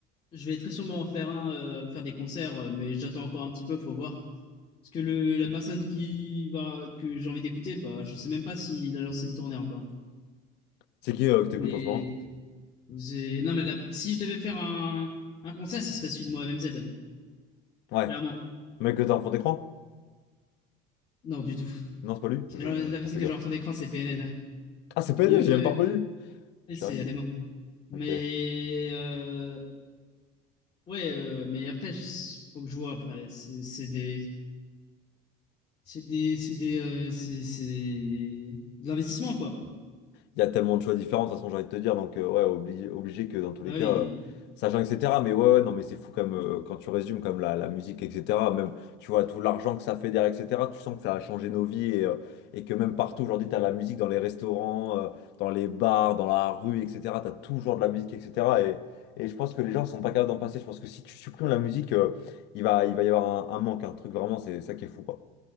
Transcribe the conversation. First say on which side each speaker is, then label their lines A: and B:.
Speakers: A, on the left; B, on the left.
A: je vais très sûrement en faire un, euh, faire des concerts, euh, mais j'attends encore un petit peu, faut voir. Parce que le, la personne qui va, que j'ai envie d'écouter, bah, je sais même pas s'il a lancé une tournée encore.
B: C'est qui euh, que t'écoutes
A: Mais
B: en ce moment?
A: c'est- non, mais la- si je devais faire un, un concert, ce serait celui de Mohamed MZ,
B: Ouais.
A: clairement.
B: Mec que t'as en fond d'écran?
A: Non, du tout.
B: Non, c'est pas lui.
A: La
B: Je,
A: la
B: je,
A: personne
B: on fais
A: que
B: gaffe.
A: j'ai en fond d'écran, c'est PNL.
B: Ah, c'est PNL,
A: Ils, eux,
B: j'ai même pas reconnu. Je
A: c'est
B: suis un gay.
A: Ademo. Mais
B: Ok.
A: euh, ouais, euh, mais après, je- faut que je vois après. C'est c'est des, C'est des, c'est des, euh, c'est, c'est de l'investissement, quoi.
B: Il y a tellement de choix différents, de toute façon, j'ai envie de te dire. Donc, euh, ouais, obligé, obligé que dans tous
A: Bah
B: les cas,
A: oui,
B: euh, ça change, etc. Mais ouais, ouais, non, mais c'est fou comme, euh, quand tu résumes, comme la, la musique, etc. Même, tu vois, tout l'argent que ça fait derrière, etc. Tu sens que ça a changé nos vies et, euh, et que même partout aujourd'hui, tu as la musique dans les restaurants, euh, dans les bars, dans la rue, etc. Tu as toujours de la musique, etc. Et, et je pense que les gens sont pas capables d'en passer. Je pense que si tu supprimes la musique, euh, il va, il va y avoir un, un manque, un truc vraiment, c'est ça qui est fou, quoi.